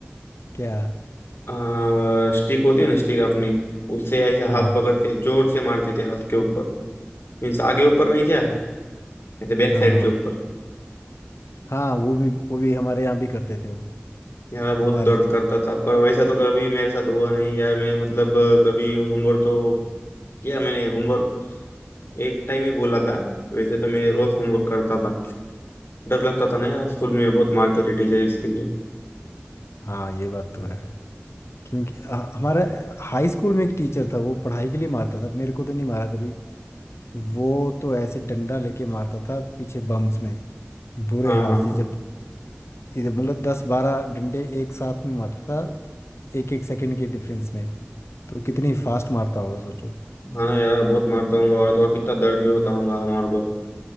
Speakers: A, on the left; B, on the left.
A: क्या
B: आ, स्टिक होती है ना स्टिक अपनी उससे ऐसे
A: हाँ
B: हाथ पकड़ के जोर से मारते थे हाथ के ऊपर मीन्स आगे ऊपर नहीं क्या ऐसे बैक
A: हाँ
B: साइड के ऊपर
A: हाँ वो भी वो भी हमारे यहाँ भी करते थे वो
B: यार बहुत
A: हमारे
B: दर्द करता था पर वैसा तो कभी मेरे साथ हुआ नहीं यार मैं मतलब अ, कभी होमवर्क तो किया मैंने होमवर्क एक टाइम ही बोला था वैसे तो मैं रोज होमवर्क करता था डर लगता था ना यार स्कूल में बहुत मारते थे टीचर इसके लिए
A: हाँ ये बात तो है क्योंकि अ, हमारा हाई स्कूल में एक टीचर था वो पढ़ाई के लिए मारता था मेरे को तो नहीं मारा कभी वो तो ऐसे डंडा लेके मारता था पीछे बम्स में बुरे
B: हाँ
A: हाल
B: हाँ
A: से
B: हाँ
A: जब इधर मतलब दस बारह डंडे एक साथ में मारता था एक एक सेकंड के डिफरेंस में तो कितनी फास्ट मारता होगा सोचो
B: हाँ ना यार बहुत मारता हूँगा और तो और कितना दर्द भी होता होगा हमारे को